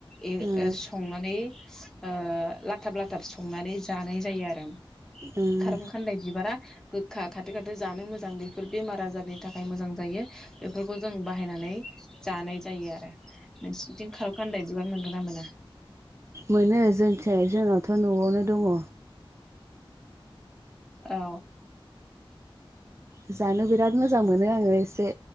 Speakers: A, in the centre; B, on the right.
A: ए
B: उम
A: ओ
B: उम
A: संनानै ओ लाथाब लाथाब संनानै जानाय जायो आरो।
B: उम।
A: खारं खान्दाय बिबारा गोखा खाथो खाथो जानो मोजां बेफोर बेमार आजारनि थाखाय मोजां जायो बेफोरखौ जों बाहायनानै जानाय जायो आरो। नोंसिनिथिं खारखान्दाय बिबार मोनगोना मोना?
B: मोनो जोंथिंजाय जोंनावथ' न'आवनो दङ।
A: औ।
B: जानो बिराद मोजां मोनो एसे